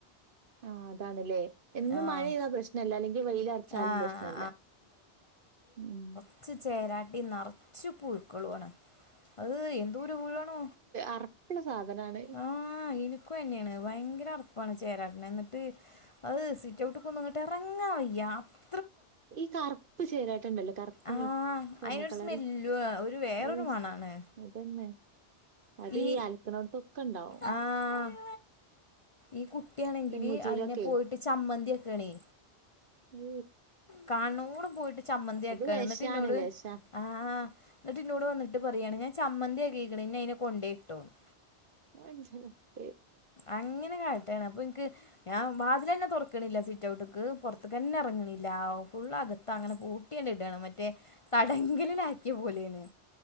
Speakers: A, on the right (about 55°); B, on the left (about 35°).
A: ആഹ് അതാണ് ലേ എന്നും
B: ആഹ്
A: മഴ പെയ്താല് പ്രശ്നല്ല അല്ലെങ്കിൽ വെയില് അറച്ചാലും
B: ആഹ്
A: പ്രശ്നല്ല ഉം
B: ച്ച് ചേരാട്ടിം നറച്ച് പുഴുക്കളും ആണ് അത് എന്തോര് പുഴു ആണോ
A: അറപ്പ്ള്ള സാധനാണ്.
B: ആഹ് ഇനിക്കും അതെന്നെയാണ് ഭയങ്കര അറപ്പാണ് ചേരാട്ടനെ എന്നിട്ട് അഹ് സിറ്റൗട്ട്ക്കൊന്നും ഇങ്ങട്ട് എറങ്ങാൻ വെയ്യ അ
A: ഈ കറ്പ്പ് ചേരാട്ട ഇണ്ടല്ലോ കറ്പ്പും
B: ആഹ്
A: വെ സ്വർണ്ണ
B: അയിനൊരു
A: കളറ്
B: സ്മെല്ലു ഒരു വേറൊരു
A: <unintelligible>
B: മണാണ്
A: അതന്നെ. അത്
B: ഈ
A: അലക്കണോടത്തൊക്കെ ഉണ്ടാവും
B: ആഹ് ഈ കുട്ടിയാണെങ്കില്
A: പെങ്കുച്ചിയിലൊക്കെ
B: അതിനെ പോയിട്ട് ചമ്മന്തി ആക്കാണെ
A: അ്
B: കാണ്ന്നോടം പോയിട്ട് ചമ്മന്തിയാക്കാണ്
A: വെഷാണ്
B: എന്നിട്ട് ഇന്നോട്
A: വെഷ
B: ആഹ് ഇന്നെട്ട് ഇന്നോട് വന്നിട്ട് പറയാണ് ഞാൻ ചമ്മന്തി ആക്കീക്ക്ണ് ഇനി അതിനെ കൊണ്ടൊയിട്ടോന്ന്
A: <unintelligible>
B: അങ്ങനെ കാട്ടാണ് അപ്പൊ ഇൻക്ക് ഞാൻ <unintelligible> വാതിലെന്നെ തൊറക്ക്ണില്ല സ്റ്റൗട്ട്ക്ക് പൊറത്ത്ക്കെന്നെ എറങ്ങ്ണില്ല ഫുൾ അകത്ത് അങ്ങനെ പൂട്ട്യാണ്ട് ഇടാണ് മറ്റേ തടങ്കലിലാക്ക്യ പോലെയാണ്